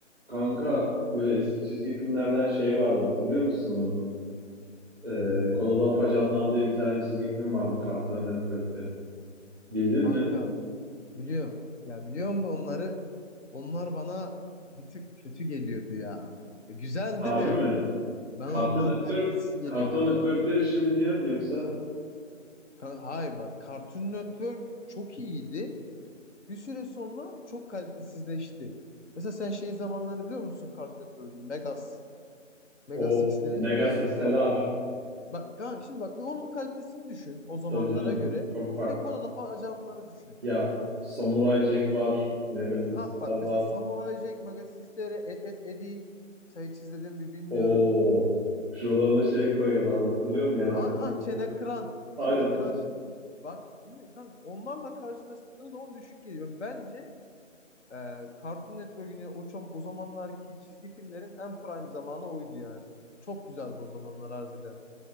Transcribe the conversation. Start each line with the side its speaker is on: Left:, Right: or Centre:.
Centre: Kanka böyle eski çizgi filmlerden şey vardı hatırlıyor musun onu? Ee, Kola'da Afacanlar diye bir tane çizgi film vardı Cartoon Network'te. Bildin
Left: Kanka
Centre: mi?
Left: biliyorum. Ya biliyorum da onları onlar bana bir tık kötü geliyordu ya. E, güzeldi
Centre: Harbi
Left: de
Centre: mi?
Left: ben onlar
Centre: Cartoon Network,
Left: kalitesiz geliyordu
Centre: Cartoon Network'leri
Left: ya.
Centre: şimdi mi diyorsun yoksa
Left: Kan- Hayır bak Cartoon Network çok iyiydi. Bir süre sonra çok kalitesizleşti. Mesela sen şey zamanlarını biliyor musun Cartoon Network'ün? Megas, Megas
Centre: o
Left: X'lere.
Centre: Mega Six'teler.
Left: Ha- Bak kanka şimdi bak bir onun kalitesini düşün o zamanlara
Centre: Tabii canım
Left: göre.
Centre: çok farklı.
Left: Bir de Kodalı Ajanları düşün.
Centre: Ya Samurai Jack var, Mega Six'ler
Left: Ha bak
Centre: var.
Left: mesela Samurai Jack, Magas XTR, Et Et Edi. Mesela hiç izledim mi bilmiyorum.
Centre: Oo, şuralarına şey koyuyorlardı hatırlıyor musun yanaklarının
Left: A- Ha
Centre: üstüne?
Left: Çene Kıran.
Centre: <laughs> Aynen,
Left: Çene Kıran. şu- Bak şimdi kanka onlarla karşılaştığınız zaman düşük geliyor. Bence e, Cartoon Network'ün ya o, çam- o zamanlarki çizgi filmlerin en prime zamanı oydu yani. Çok güzeldi o zamanlar harbiden.